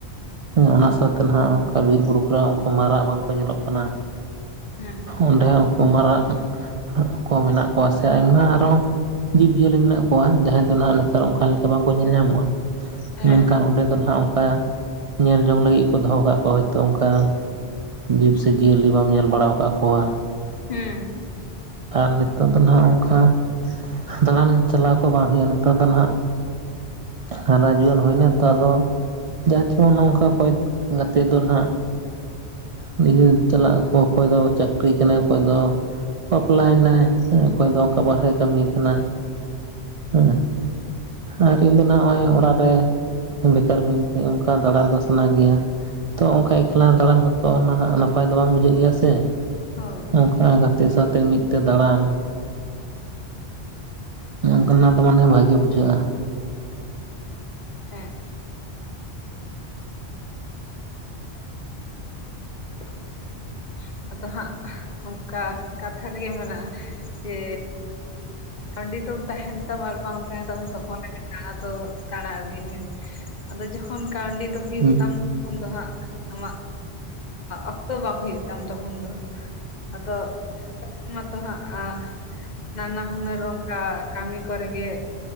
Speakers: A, on the right; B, on the left.
A: ᱦᱩᱸ ᱚᱱᱟ ᱥᱟᱶᱛᱮ ᱱᱟᱦᱟᱜ ᱚᱱᱠᱟ ᱵᱤᱨᱵᱩᱨᱩ ᱠᱚᱨᱮ ᱩᱱᱠᱩ ᱢᱟᱨᱟᱜ ᱵᱟᱝᱠᱚ ᱧᱮᱞᱚᱜ ᱠᱟᱱᱟ᱾
B: ᱦᱮᱸ ᱦᱮᱸ
A: ᱚᱸᱰᱮ ᱦᱚᱸ ᱩᱱᱠᱩ ᱢᱟᱨᱟᱜ ᱠᱚ ᱢᱮᱱᱟᱜ ᱠᱚᱣᱟ ᱥᱮ ᱟᱭᱢᱟ ᱟᱨᱚ ᱡᱤᱵᱽᱡᱤᱭᱟᱹᱞᱤ ᱢᱮᱱᱟᱜ ᱠᱚᱣᱟ᱾ ᱡᱟᱦᱟᱸᱭ ᱫᱚ ᱱᱟᱦᱟᱜ ᱱᱮᱛᱟᱨ ᱚᱱᱠᱟ ᱞᱮᱠᱟ ᱵᱟᱝᱠᱚ ᱧᱮᱞ ᱧᱟᱢᱚᱜ-ᱟ᱾
B: ᱦᱮᱸ
A: ᱢᱮᱱᱠᱷᱟᱱ ᱚᱸᱰᱮ ᱫᱚ ᱱᱟᱦᱟᱸᱜ ᱚᱱᱠᱟ ᱧᱮᱞ ᱡᱚᱝ ᱞᱟᱹᱜᱤᱫ ᱠᱚ ᱫᱚᱦᱚ ᱠᱟᱜ ᱠᱚᱣᱟ ᱦᱳᱭᱛᱳ ᱚᱱᱠᱟ᱾ ᱡᱤᱵᱽ ᱥᱮ ᱡᱤᱭᱟᱹᱞᱤ ᱵᱟᱢ ᱧᱮᱞ ᱵᱟᱲᱟᱣ ᱟᱠᱟᱫ ᱠᱚᱣᱟ᱾
B: ᱦᱮᱸ ᱦᱮᱸ᱾
A: ᱟᱨ ᱱᱤᱛᱚᱜ ᱫᱚ ᱱᱟᱦᱟᱜ ᱚᱱᱠᱟ ᱫᱟᱬᱟᱱ ᱪᱟᱞᱟᱣ ᱠᱚ ᱵᱟᱝ ᱦᱩᱭᱩᱜᱼᱟ ᱱᱮᱛᱚᱜ ᱫᱚ ᱱᱟᱦᱟᱜ ᱦᱟᱨᱟ ᱡᱩᱣᱟᱹᱱ ᱦᱩᱭᱱᱟ ᱛᱚ ᱟᱫᱚ ᱡᱟᱨ ᱡᱮᱢᱚᱱ ᱱᱚᱝᱠᱟ ᱠᱚᱭ ᱜᱟᱛᱮ ᱫᱚ ᱱᱟᱦᱟᱜ ᱱᱤᱭᱟᱹᱛ ᱪᱟᱞᱟᱜ ᱟᱠᱚ ᱚᱠᱚᱭ ᱫᱚ ᱪᱟᱹᱠᱨᱤ ᱠᱟᱱᱟᱭ ᱚᱠᱚᱭ ᱫᱚ ᱵᱟᱯᱞᱟᱭᱮᱱᱟᱭ᱾
B: ᱦᱳᱭ ᱦᱳᱭ
A: ᱦᱮᱸ ᱚᱠᱚᱭ ᱫᱚ ᱚᱱᱠᱟ ᱵᱟᱨᱦᱨᱮ ᱠᱟᱹᱢᱤ ᱠᱟᱱᱟᱭ ᱦᱮᱸ᱾ ᱟᱨ ᱤᱧ ᱫᱚ ᱱᱟᱦᱟᱜ ᱱᱚᱜ-ᱚᱭ ᱚᱲᱟᱜ ᱨᱮ᱾ ᱦᱮᱸ ᱵᱮᱠᱟᱨ ᱢᱤᱱᱟᱹᱧ ᱛᱮ ᱚᱱᱠᱟ ᱫᱟᱬᱟᱱ ᱫᱚ ᱥᱟᱱᱟ ᱜᱮᱭᱟ᱾ ᱛᱚ ᱚᱱᱠᱟ ᱮᱠᱞᱟ ᱫᱟᱬᱟᱱ ᱦᱚᱸ ᱛᱚ ᱚᱱᱟ ᱦᱟᱸᱜ ᱱᱟᱯᱟᱭ ᱫᱚ ᱵᱟᱝ ᱵᱩᱡᱷᱟᱹᱜ ᱜᱮᱭᱟ ᱥᱮ᱾
B: ᱦᱳᱭ ᱦᱳᱭ
A: ᱚᱱᱠᱟ ᱜᱟᱛᱮ ᱥᱟᱶᱛᱮ ᱢᱤᱫ ᱛᱮ ᱫᱟᱬᱟᱱ᱾ ᱦᱩᱸ᱾ ᱱᱚᱠᱟᱱᱟᱜ ᱫᱚ ᱢᱟᱱᱮ ᱵᱷᱟᱜᱮ ᱵᱩᱡᱷᱟᱹᱜᱼᱟ᱾
B: ᱦᱮᱸ᱾ <inaudible> ᱟᱫᱚ ᱦᱟᱸᱜ ᱚᱱᱠᱟ ᱠᱟᱛᱷᱟ ᱨᱮᱜᱮ ᱢᱮᱱᱟᱜᱼᱟ ᱡᱮ ᱠᱟᱺᱰᱤ ᱫᱚ ᱛᱟᱦᱮᱱ ᱛᱟᱵ ᱟᱨ ᱵᱟᱝ ᱛᱟᱦᱮᱸᱱ ᱛᱟᱵᱚᱱ ᱛᱚᱠᱷᱚᱱ ᱟᱫᱚ ᱫᱟᱬᱟ ᱫᱚ ᱫᱟᱬᱟ ᱟᱹᱜᱩᱭ ᱢᱮ᱾ ᱟᱫᱚ ᱡᱚᱠᱷᱚᱱ ᱠᱟᱹᱣᱰᱤ ᱫᱚ ᱦᱩᱭᱩᱜ
A: ᱦᱩᱸ
B: ᱛᱟᱢ ᱛᱚᱠᱷᱚᱱ ᱫᱚ ᱦᱟᱸᱜ ᱟᱢᱟᱜ ᱚᱠᱛᱚ ᱟᱸ ᱵᱟᱝ ᱦᱩᱭᱩᱜ ᱛᱟᱢ ᱛᱚᱠᱷᱚᱱ ᱫᱚ᱾ ᱟᱫᱚ <inaudible> ᱢᱟᱛᱚ ᱦᱟᱸᱜ ᱟᱸ ᱱᱟᱱᱟ ᱦᱩᱱᱟᱹᱨ ᱚᱱᱠᱟ ᱠᱟᱹᱢᱤ ᱠᱚᱨᱮ ᱜᱮ